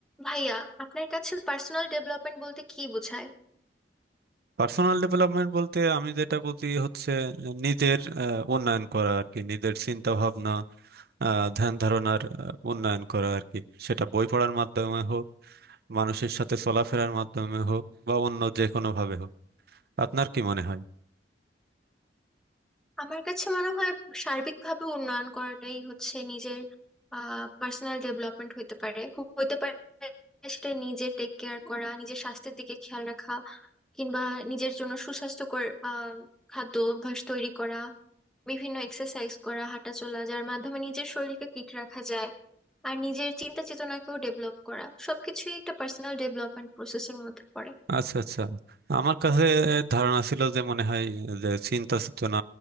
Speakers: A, in the centre; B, on the right.
A: ভাইয়া আপনার কাছে পার্সোনাল ডেভেলপমেন্ট বলতে কি বোঝায়
B: Personal development বলতে আমি যেটা বুঝি হচ্ছে নিজের আহ, উন্নয়ন করা আর কি নিজের চিন্তা ভাবনা আহ, ধ্যান ধারণার আহ, উন্নয়ন করা আর কি সেটা বই পড়ার মাধ্যমে হোক মানুষের সাথে চলাফেরার মাধ্যমে হোক বা অন্য যে কোনো ভাবে হোক আপনার কি মনে হয়
A: আমার কাছে মনে হয় সার্বিকভাবে উন্নয়ন করাটাই হচ্ছে নিজের আহ পার্সোনাল ডেভেলপমেন্ট হইতে পারে হইতে পারে সেটা নিজে টেক কেয়ার করা নিজের স্বাস্থ্যের দিকে খেয়াল রাখা কিংবা নিজের জন্য সুস্বাস্থ্যকর আহ খাদ্য অভ্যাস তৈরি করা বিভিন্ন এক্সারসাইজ করা হাঁটা চলা যার মাধ্যমে নিজের শরীরকে ফিট রাখা যায় আর নিজের চিন্তা চেতনাকেও ডেভেলপ করা সবকিছুই একটা পার্সোনাল ডেভেলপমেন্ট প্রসেসের মধ্যে পড়ে
B: আচ্ছা আচ্ছা আমার কাছে ধারণা ছিল যে মনে হয় যে চিন্তা চেতনা